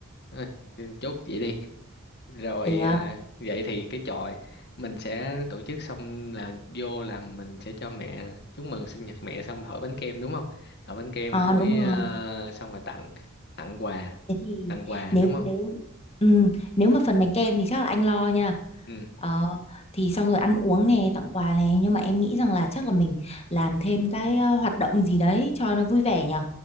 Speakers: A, on the left (about 55°); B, on the left (about 30°).
A: Thôi, chốt vậy đi rồi
B: được
A: à, vậy thì cái trò mình sẽ tổ chức xong là vô là mình sẽ cho mẹ chúc mừng sinh nhật mẹ xong thổi bánh kem đúng không thổi bánh kem
B: Ờ,
A: thổi
B: đúng
A: à,
B: rồi
A: xong rồi tặng tặng quà
B: Thế thì
A: tặng quà
B: nếu
A: đúng không
B: nếu ừm, nếu mà phần bánh kem thì chắc là anh lo nha.
A: ừ
B: Ờ, thì xong rồi ăn uống này, tặng quà này, nhưng mà em nghĩ rằng là chắc là mình làm thêm cái ờ, hoạt động gì đấy cho nó vui vẻ nhở.